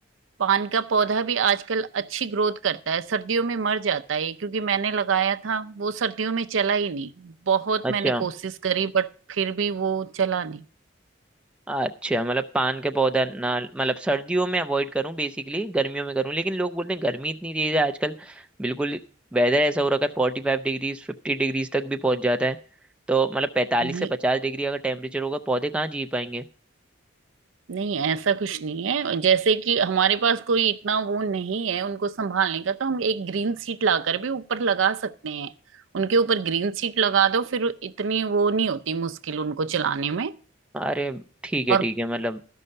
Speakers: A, on the right; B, in the centre.
A: पान का पौधा भी आजकल अच्छी ग्रोथ करता है सर्दियों में मर जाता है ये, क्योंकि मैंने लगाया था वो सर्दियों में चला ही नहीं बहुत
B: अच्छा
A: मैंने कोशिश करी बट फिर भी वो चला नहीं
B: अच्छा मतलब पान के पौधा ना मतलब सर्दियों में अवॉइड करूं बेसिकली गर्मियों में करूं लेकिन लोग बोलते हैं गर्मी इतनी तेज है आजकल बिल्कुल वेदर ऐसा हो रखा है फोर्टी फाइव डिग्रीज फिफ्टी डिग्रीज तक भी पहुंच जाता है तो मतलब पैंतालीस
A: नहीं
B: से पचास डिग्री अगर टेम्परेचर होगा पौधे कहाँ जी पाएंगे
A: नहीं ऐसा कुछ नहीं है जैसे कि हमारे पास कोई इतना वो नहीं है उनको संभालने का तो हम एक ग्रीन सीट लाकर भी ऊपर लगा सकते हैं उनके ऊपर ग्रीन सीट लगा दो फिर इतनी वो नहीं होती मुश्किल उनको चलाने में
B: अरे ठीक है
A: और
B: ठीक है मतलब